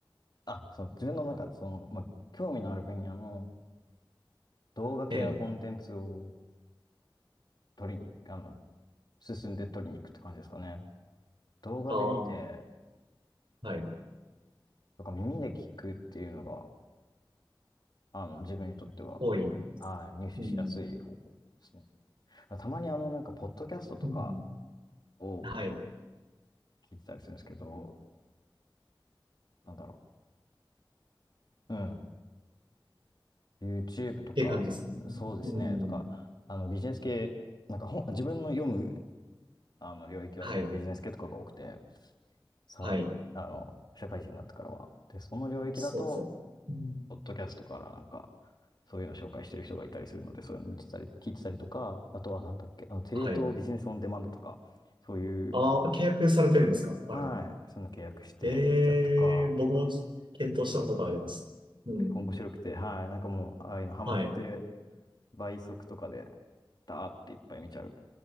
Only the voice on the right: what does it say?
ええ。
ああ、はい。
多い。
うん。
うん。
はい。っ
ていう感じですかね。
うん。
はい。
はい。
そうですね。うん。
はい。
ああ、契約されてるんですかあれなの。
ええ、僕も検討したことあります。うん。
はい。